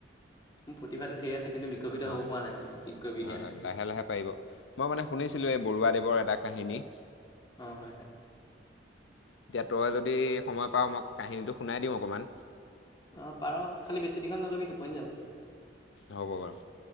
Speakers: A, on the left; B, on the left.
A: মোৰ প্ৰতিভাটো ধেৰ আছে, কিন্তু বিকশিত
B: হয়
A: হ'ব পৰা নাই মানে শিক্ষক বিদা-
B: হয় হয় লাহে লাহে পাৰিব- মই মানে শুনিছিলোঁ, এই বৰুৱাদেৱৰ এটা কাহিনী-
A: অ হয় হয়
B: এতিয়া তই যদি সময় পাৱ মই কাহিনীটো শুনাই দিম অকণমান।
A: অঁ পাৰ, খালি বেছি দীঘল নকৰিবি টোপনি যাব।
B: হ'ব বাৰু-